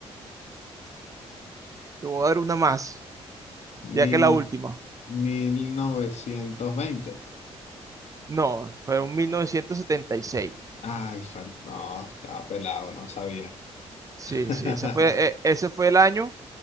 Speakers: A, on the right; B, on the left.
A: Te voy a dar una más, ya
B: mil
A: que la última.
B: mil novecientos veinte
A: No, fueron 1976.
B: Ay, fal- no, estaba pelado, no sabía.
A: Sí,
B: <laughs>
A: sí, ese fue, e- ese fue el año